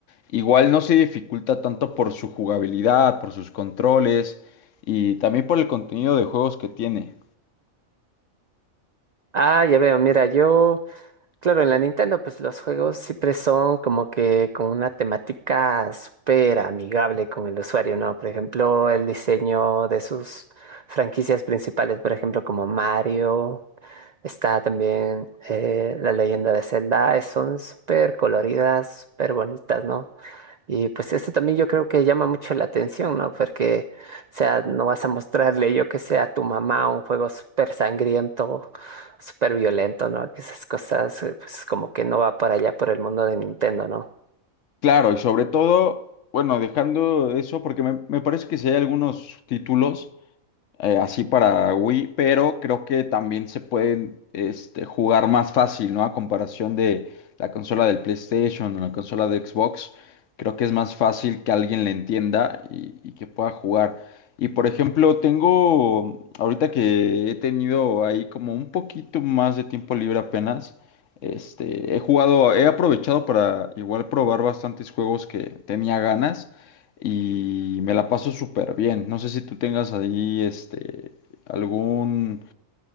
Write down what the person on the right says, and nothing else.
Ah, ya veo, mira, yo, claro, en la Nintendo pues los juegos siempre son como que con una temática súper amigable con el usuario, ¿no? Por ejemplo, el diseño de sus franquicias principales, por ejemplo, como Mario. Está también eh, la leyenda de Zelda, eh, son súper coloridas, súper bonitas, ¿no? Y pues eso también yo creo que llama mucho la atención, ¿no? Porque, o sea, no vas a mostrarle yo que sea a tu mamá un juego súper sangriento, súper violento, ¿no? Que esas cosas, eh, pues como que no va para allá por el mundo de Nintendo, ¿no?